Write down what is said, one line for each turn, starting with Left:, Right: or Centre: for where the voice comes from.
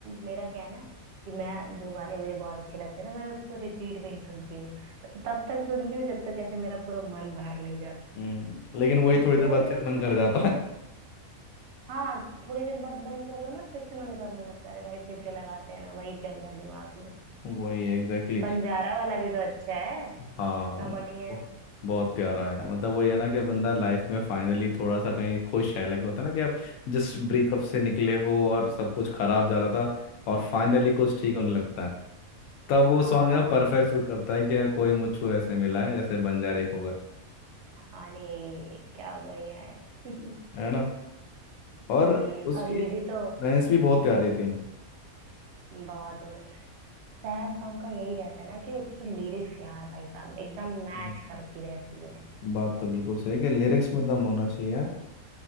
Right: मेरा क्या है ना कि मैं जो गाने मुझे बहुत अच्छे लगते हैं ना मैं उसको रिपीट पे ही सुनती हूँ तब तक सुनती हूँ जब तक ऐसे मेरा पूरा मन भर नहीं जाता
Left: हम्म लेकिन वही थोड़ी देर
Right: मैंने
Left: बाद फिर
Right: उसको
Left: मन कर जाता है
Right: हाँ थोड़ी देर बाद बंद कर दो ना फिर से मन करने लगता है अरे भाई फिर से लगाते हैं ना वही चल रहा है दिमाग में
Left: <laughs> वही एग्जैक्टली
Right: बंजारा वाला भी तो अच्छा है
Left: हाँ
Right: ना बढ़िया है
Left: ब- बहुत प्यारा है मतलब वही है ना कि बंदा लाइफ में फाइनली थोड़ा सा कहीं खुश है लगे होता है ना कि आप जस्ट ब्रेकअप से निकले हो और सब कुछ खराब जा रहा था और फाइनली कुछ ठीक होने लगता है तब वो
Right: हाँ
Left: सॉन्ग है परफेक्ट सूट करता है कि कोई मुझको ऐसे मिला है जैसे बंजारे को होगा
Right: अरे क्या बढ़िया है <laughs>
Left: है ना और
Right: हम्म,
Left: उसकी
Right: और ये भी तो
Left: लाइंस भी बहुत प्यारी थी
Right: बहुत बढ़िया सैड सॉन्ग का यही रहता है ना कि उसकी लिरिक्स यार भाई साहब एकदम मैच
Left: हम्म।
Right: करती रहती है
Left: बात तो बिल्कुल सही है कि लिरिक्स में दम होना चाहिए